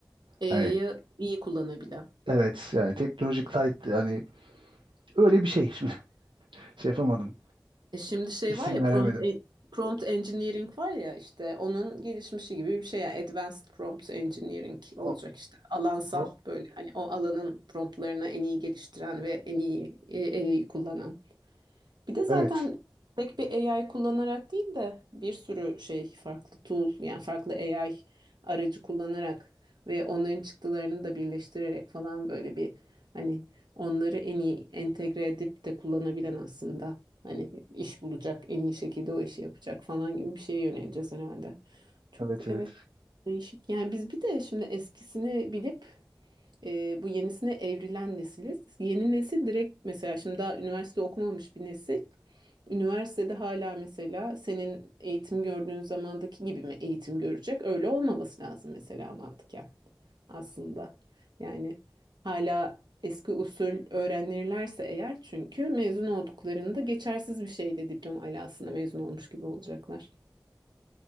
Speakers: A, on the right (about 60°); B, on the right (about 80°).
A: AI'yı
B: Hani
A: iyi kullanabilen.
B: evet yani teknolojik title hani öyle bir şey <laughs> şimdi şey yapamadım.
A: E şimdi şey
B: isim
A: var ya
B: veremedim.
A: prompt e- prompt engineering var ya işte onun gelişmişi gibi bir şey yani advanced prompt engineering
B: Ama
A: olacak işte alansal
B: pro-
A: böyle hani o alanın promptlarını en iyi geliştiren ve en iyi e, AI kullanan. Bir de zaten
B: evet
A: tek bir AI kullanarak değil de bir sürü şey farklı tool yani farklı AI aracı kullanarak ve onların çıktılarını da birleştirerek falan böyle bir hani onları en iyi entegre edip de kullanabilen aslında hani iş bulacak en iyi şekilde o işi yapacak falan gibi bir şeye yöneleceğiz herhalde. Çok
B: evet evet.
A: evet değişik. Yani biz bir de şimdi eskisini bilip e, bu yenisine evrilen nesiliz. Yeni nesil direkt mesela şimdi daha üniversite okumamış bir nesil. Üniversitede hala mesela senin eğitim gördüğün zamandaki gibi mi eğitim görecek? Öyle olmaması lazım mesela mantıken aslında. Yani hala eski usul öğrenirlerse eğer çünkü mezun olduklarında geçersiz bir şeyle diploma alasında mezun olmuş gibi olacaklar.